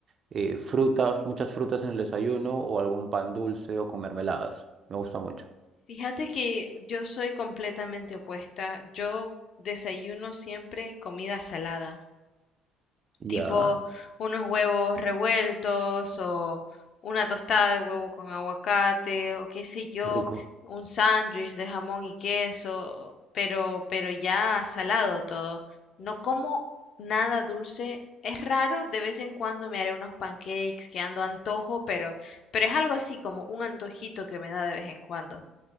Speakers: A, on the right; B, on the left.
A: eh, frutas, muchas frutas en el desayuno o algún pan dulce o con mermeladas. Me gusta mucho.
B: Fíjate que yo soy completamente opuesta. Yo desayuno siempre comida salada.
A: Ya,
B: tipo unos huevos revueltos o una tostada de huevo con aguacate o qué sé yo,
A: rico.
B: un sándwich de jamón y queso, pero, pero ya salado todo. No como nada dulce. Es raro, de vez en cuando me haré unos pancakes que ando antojo, pero, pero es algo así como un antojito que me da de vez en cuando.